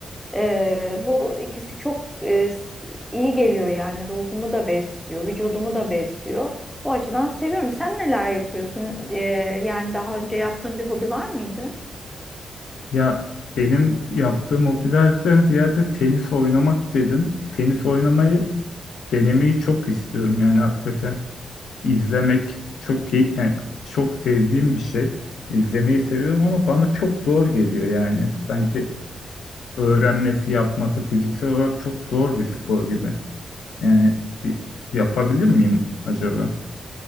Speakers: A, in the centre; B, on the left (about 80°).
A: Ee, bu ikisi çok e, s- iyi geliyor yani ruhumu da besliyor, vücudumu da besliyor. O açıdan seviyorum. Sen neler yapıyorsun? Ee, yani daha önce yaptığın bir hobi var mıydı?
B: Ya benim yaptığım hobilerden ziyade tenis oynamak dedin. Tenis oynamayı denemeyi çok istiyorum. Yani hakikaten izlemek çok key yani çok sevdiğim bir şey. İzlemeyi seviyorum ama bana çok zor geliyor yani. Sanki öğrenmesi, yapması fiziksel olarak çok zor bir spor gibi. Yani bir- yapabilir miyim acaba?